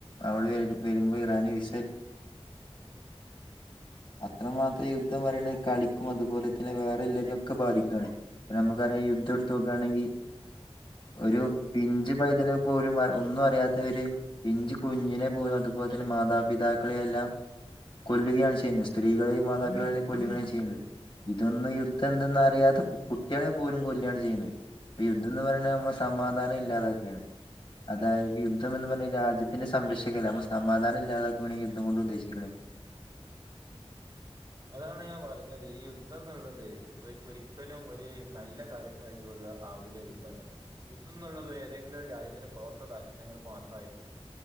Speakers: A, on the left; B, on the right.
A: അവിടെ വരുമ്പോ ഇറാന് വി അത്രമാത്രം യുദ്ധം പറിണത് കളിക്കും അതുപോലെ തന്നെ വേറെള്ളിതി ഒക്കെ ബാധിക്കാണ്. നമ്മക്കറിയാം യുദ്ധ ഇട്ത്തോക്കാണെങ്കി. ഒരു പിഞ്ച് പൈതല് പോലും വ ഒന്നു അറിയ ഒരു പിഞ്ചു കുഞ്ഞിനെ പോലും അതുപോലെ തന്നെ മാതാപിതാക്കളെയെല്ലാം ത് കൊല്ലുകയാണ് ചെയ്യുന്നത് സ്ത്രീകളെയും മാതാപിതാക്കളെയും കൊല്ലുകയേയും ചെയ്യുന്നത് ഇതൊന്നും യുദ്ധം എന്തെന്ന് അറിയാതെ കുട്ടികളെ പോലും കൊലുകയാണ് ചെയ്യണുന്നത് ഇ യുദ്ധം എന്ന് പറയ സമാധാനം ഇല്ലാതാക്കയാണ് അതായത് യുദ്ധം എന്ന് പറഞ്ഞ് രാജ്യത്തിന്റെ സംരക്ഷിക്കല്ല നമ്മൾ സമാധാനം ഇല്ലാതാക്കുകയാണെങ്ക യുദ്ധം കൊണ്ട് ഉദ്ദേശിക്കണ
B: അതാണ് ഞാൻ പറഞ്ഞത് ഈ യുദ്ധം എന്നുള്ളത് ഒരിക്കലും ഒരു നല്ല കാര്യത്തിനായിട്ടുള്ള ആവൂലെ യുദ്ധം എന്നുള്ളത് യുദ്ധം എന്നുള്ളത് ഏതെങ്കിലും രാജ്യത്തിന്റെ സ്വാർത്ഥ താല്പര്യങ്ങൾക്ക് മാത്രമായിരിക്കും